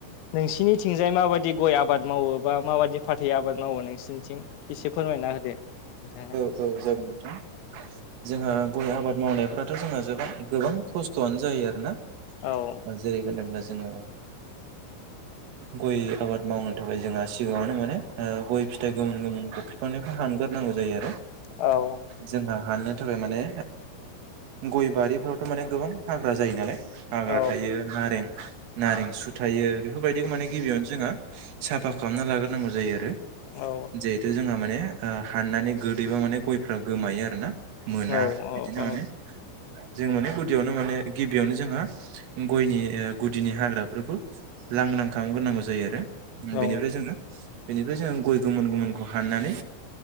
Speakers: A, on the left; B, on the right.
A: नोंसिनि थिंजाय माबायदि गय आबाद मावो, बा माबादि फाथै आबाद मावो नोंसोरनिथिं? एसे फोरमायना होदो नोंथां?
B: औव, जागोन नोंथां। जोंहा गय आबाद मावनायफ्राथ' जोंहाबां गोबां खस्थ'आनो जायो आरो ना।
A: औव।
B: जेरै- होनोब्ला जोंङो गय आबाद मावनो थाखाय जोंहा सिगाङावनो माने, गय फिथाइ गोमोन- गोमोनखो बिफांनिफ्राय हानग्रोनांगौ जायो आरो।
A: औ
B: जोंहा हानानो थाखाय माने गय बारिफ्रावथ' माने गोबां हाग्रा जायो नालाय हाग्रा
A: औ
B: थायो नारें नारें सु थायो बेफोरबायदिखौ माने गिबियावनो जोंहा साफा खालामना लाग्रोनांगौ जायो आरो
A: औ औ
B: जेर जोंहा माने हाननानै गोदैबा माने गयफ्रा गोमायो आरो ना। मोना
A: औ
B: बिदिनो
A: औ
B: माने जों माने गुदियावनो माने गिबियावनो जोंहा गयनि गुदिनि हाग्राफोरखौ लांनां खालामग्रोनांगौ जायो आरो बेनिफ्राय
A: औ
B: जोङो बेनिफ्राय जोङो गय गोमोन गोमोन हाननानै